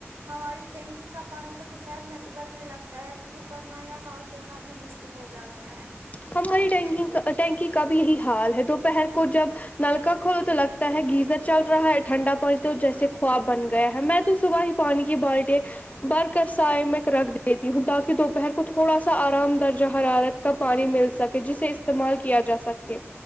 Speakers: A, on the right; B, on the left.
A: ہماری ٹینکی کا پانی تو دوفیر میں ابلنے لگتا ہے وضو کرنا یا ہاتھ دھونا بھی مشکل ہو جاتا ہے
B: ہماری ٹینکی کا ٹینکی کا بھی یہی حال ہے دوپہر کو جب نل کا کھولو تو لگتا ہے گیزر چل رہا ہے ٹھنڈا پانی تو جیسے خواب بن گیا ہے میں تو صبح ہی پانی کی بالٹیں بھر کر سائے میں رکھ دیتی ہوں تاکی دوپہر کو تھوڑا سا آرام درجہ حرارت کا پانی مل سکے جسے استعمال کیا جا سکے